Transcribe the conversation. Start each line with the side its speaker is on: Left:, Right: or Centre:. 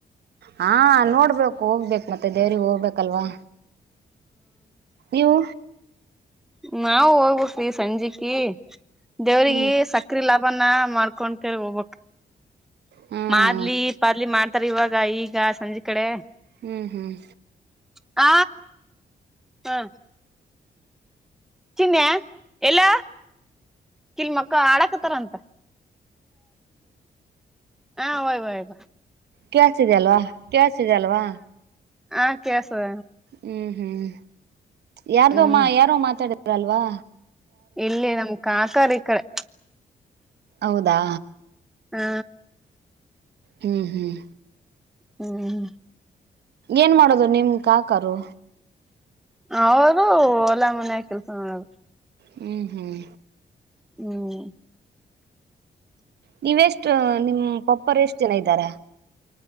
Right: ಹಾ ನೋಡ್ಬೇಕು ಹೋಗ್ಬೇಕು ಮತ್ತೆ ದೇವ್ರರಿಗೆಗ್ ಹೋಗ್ಬೇಕ ಬೇಕಲ್ವಾ ನೀವು
Centre: ನಾವವು ಹೋಗ್ಬವಿ ಸಂಜೆಕ ದೇವ್ರಿಗೆ
Right: ಹ್ಮ್
Centre: ಸಕ್ಕ ಚಕ್ರಿ ಲಾಭನ ಮಾಡ್ಕೊಂಡ ಕರ್ ಹೋಗ್ಬಕ್
Right: ಹ್ಮ್
Centre: ಮಾಡದ್ಲಿ ಪಾದ್ಲಿ ಮಾಡ ತರ್ ಇವಾಗ ಈಗ ಸಂಜೆ ಕಡೆ
Right: ಹ್ಮ್ ಹ್ಮ್
Centre: ಆ ಹಾ ಚಿನ್ನನೆ ಎಲ್ಲ ಕಿಲ್ ಮಕ್ಕ ಆಡಾಕತಾರ ಅಂತ ಹಾ ಹಯ್ ಹಯ್
Right: ಕಳ್ಸಿದೆ ಅಲ್ವಾ ಕಳ್ಸಿದೆ ಅಲ್ವಾ
Centre: ಹಾ ಕಸದ
Right: ಹ್ಮ್ ಹ್ಮ್ ಯಾರ್ದೋ
Centre: ಹ್ಮ್
Right: ಮಾ ಯಾರೋ ಮಾತಾಡಿದಾರಲ್ವಾ
Centre: ಎಲ್ಲಿ ನಮ್ ಕಾಕಾರಿ ಕಡೆ
Right: ಹೌದಾ
Centre: ಹಾ
Right: ಹ್ಮ್ ಹ್ಮ್
Centre: ಹ್ಮ್
Right: ಏನ್ ಮಾಡೋದು ನಿಮ್ ಕಾಕರುು
Centre: ಅವರು ಒಲ್ಲ ಮನೆಯ ಕೆಲ್ಸ ಮಾಡರು
Right: ಹ್ಮ್ ಹ್ಮ್
Centre: ಹ್ಮ್
Right: ನೀವೆ ಎಷ್ಟ ನಿಮ್ಮ್ ಪಪ್ಪರ್ ಎಷ್ಟ್ ಜನ ಇದ್ದಾರ